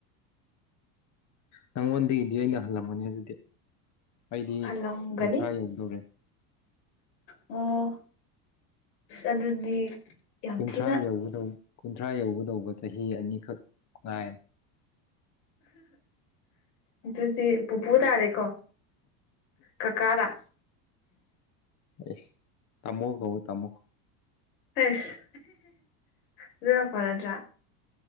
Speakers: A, on the left; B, on the left.
A: ꯅꯪꯉꯣꯟꯗꯒꯤꯗꯤ ꯑꯩꯅ ꯍꯜꯂꯝꯃꯅꯤ ꯑꯗꯨꯗꯤ ꯑꯩꯗꯤ
B: ꯍꯜꯂꯝꯒꯅꯤ
A: ꯀꯨꯟꯊ꯭ꯔꯥ ꯌꯧꯗꯨꯔꯦ
B: ꯑꯣ ꯑꯗꯨ ꯑꯗꯨꯗꯤ ꯌꯥꯝ
A: ꯀꯨꯟꯊ꯭ꯔꯥ
B: ꯊꯤꯅ
A: ꯌ ꯀꯨꯟꯊ꯭ꯔꯥ ꯌꯧꯒꯗꯧꯕ ꯆꯍꯤ ꯑꯅꯤꯈꯛ ꯉꯥꯏꯔꯦ
B: ꯑꯗꯨꯗꯤ ꯄꯨꯄꯨ ꯇꯥꯔꯦꯀꯣ ꯀꯀꯥꯥ
A: ꯑꯦꯁ ꯇꯥꯃꯣ ꯀꯣ ꯇꯥꯃꯣ
B: ꯑꯁ ꯑꯗꯨꯅ ꯐꯔꯗ꯭ꯔꯥ